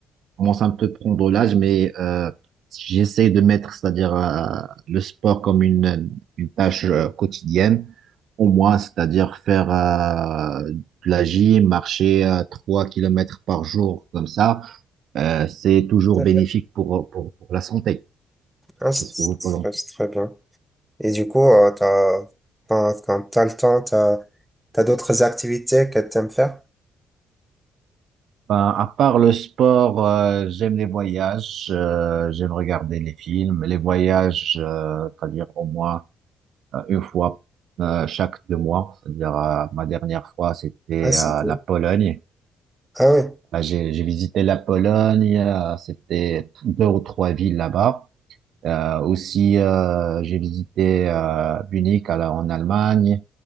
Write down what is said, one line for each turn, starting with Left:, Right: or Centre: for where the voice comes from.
Right: commence un peu à prendre l'âge, mais euh, j'essaie de mettre, c'est-à-dire euh, le sport comme une, une tâche euh, quotidienne, au moins, c'est-à-dire faire euh, de la gym, marcher euh, 3 kilomètres par jour, comme ça, euh, c'est toujours
Centre: Très
Right: bénéfique
Centre: bien.
Right: pour, pour, pour la santé.
Centre: Ah, c'est
Right: Qu'est-ce que vous pensez?
Centre: c'est très c'est très bien. Et du coup, euh, t'as- quand, quand tu as le temps, t'as as, d'autres activités que tu aimes faire?
Right: Ben, à part le sport, euh, j'aime les voyages, euh, j'aime regarder les films, les voyages, euh, c'est-à-dire au moins euh, une fois euh, chaque deux mois. C'est-à-dire, euh, ma dernière fois, c'était
Centre: Ah, c'est
Right: euh,
Centre: cool.
Right: la Pologne.
Centre: Ah oui,
Right: Là, j'ai j'ai visité la Pologne. euh, c'était deux ou trois villes là-bas. Euh, aussi, euh, j'ai visité euh, Munich à la- en Allemagne,